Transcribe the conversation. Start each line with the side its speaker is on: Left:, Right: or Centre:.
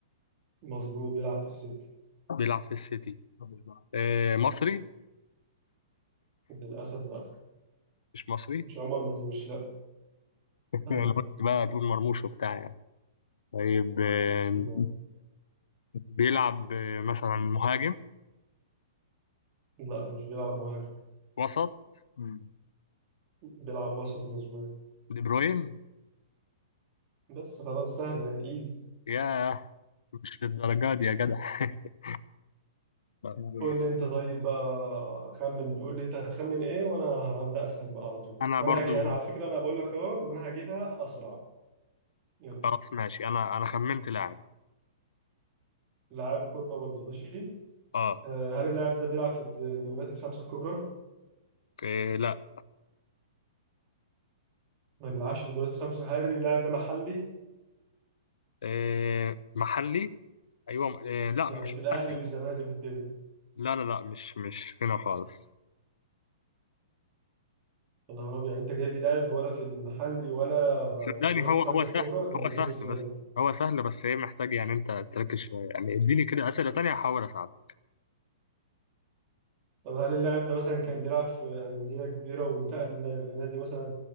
Right: مظبوط بيلعب في السيتي
Left: بيلعب في السيتي آه، مصري
Right: للاسف لا
Left: مش مصري
Right: مش
Left: <laughs>
Right: عمر مرموش لا ايوه
Left: لو قلت بقى تقول مرموش وبتاع يعني طيب آه،
Right: لا
Left: بيلعب آه، مثلا مهاجم
Right: لا، مش بيلعب مهاجم
Left: وسط مم.
Right: بيلعب وسط مظبوط
Left: دي بروين
Right: بس خلاص سهلة ايزي
Left: ياه مش للدرجة دي يا جدع <laughs> يا رب.
Right: قول لي انت طيب بقى خمن قول لي انت هتخمن ايه وانا هبدأ اسأل بقى على طول
Left: انا
Right: وانا
Left: برضو
Right: هجي انا على فكرة انا بقول لك اهو ان انا هجيبها اسرع يلا
Left: خلاص ماشي انا انا خمنت لاعب
Right: لاعب كرة برضه ماشي
Left: اه
Right: آه، هل اللاعب ده بيلعب في الد- الدوريات الخمسة الكبرى؟
Left: إيه لا
Right: ما بيلعبش في الدوريات الخمسة هل اللاعب ده محلي؟
Left: إيه محلي ايوه إيه لا
Right: يعني
Left: مش
Right: في الاهلي
Left: محلي
Right: والزمالك وكده
Left: لا لا لا مش مش هنا خالص
Right: انا عربي يعني انت جايب لي لاعب ولا في المحلي ولا
Left: صدقني
Right: في الدوريات
Left: هو
Right: الخمسه
Left: هو سهل
Right: الكبرى ده انا
Left: هو سهل
Right: هجيبه ازاي
Left: بس
Right: ده؟
Left: هو سهل بس هي محتاج يعني انت تركز شويه يعني اديني كده اسئله تانية هحاول اساعدك
Right: طب هل اللاعب ده مثلا كان بيلعب في انديه كبيره وانتقل لنا- لنادي مثلا